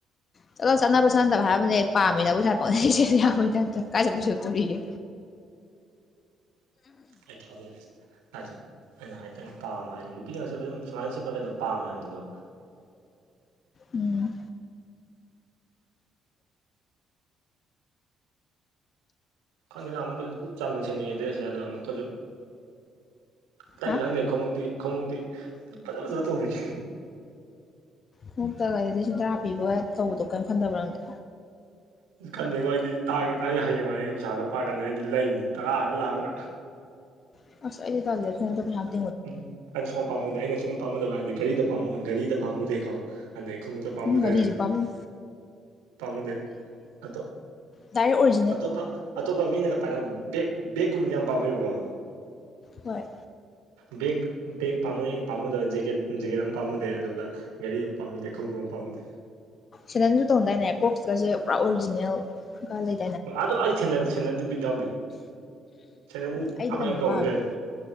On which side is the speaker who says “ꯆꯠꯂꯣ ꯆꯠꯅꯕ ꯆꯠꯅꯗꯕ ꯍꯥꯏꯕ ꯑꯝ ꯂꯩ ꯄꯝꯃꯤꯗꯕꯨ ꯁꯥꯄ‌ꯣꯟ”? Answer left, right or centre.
Left